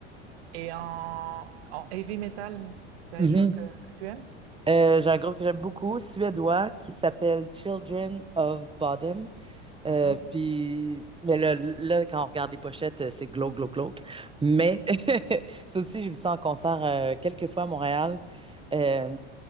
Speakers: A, on the right; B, on the right.
A: et en en heavy metal, tu as
B: Mhm.
A: des choses que que tu aimes?
B: Euh, j'ai un groupe que j'aime beaucoup, suédois, qui s'appelle Children of Bodom.
A: Mmh
B: Euh, puis, mais là, là, quand on regarde les pochettes, euh, c'est glauque, glauque, glauque. Mais <laughs> ça aussi, j'ai vu ça en concert euh, quelques fois à Montréal. Euh,